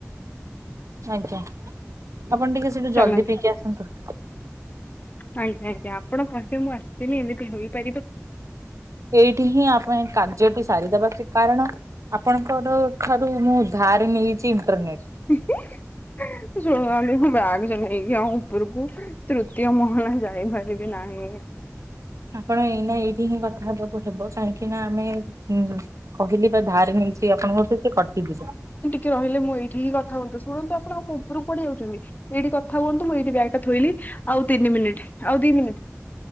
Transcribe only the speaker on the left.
ଚାଲନ୍ତୁ।
ଆଜ୍ଞା ଆଜ୍ଞା ଆପଣ କହିବେ ମୁଁ ଆସିିନି ଏମିତି ହେଇପାରିବ କି?
<inaudible> ଶୁଣ ଆଉ ମୁଁ ବାଗ ସହ ନେଇକି ଆଉ ଉପରକୁ ତୃତୀୟ ମହଲା ଯାଇପାରିବି ନାହିଁ।
କେ ରହିଲେ ମୁଁ ଏଇଠି ହି କଥା ହୁଅନ୍ତୁ ଶୁଣନ୍ତୁ ଆପଣ ଆଉ ଉପରୁକୁ କୁଆଡ଼େ ଯାଉଛନ୍ତି ଏଇଠି କଥା ହୁଅନ୍ତୁ ମୁଁଏଇଠି ବ୍ୟାଗ୍ ଟା ଥୋଇଲି ଆଉ ତିନି ମିନିଟ୍ ଆଉ ଦି ମିନିଟ୍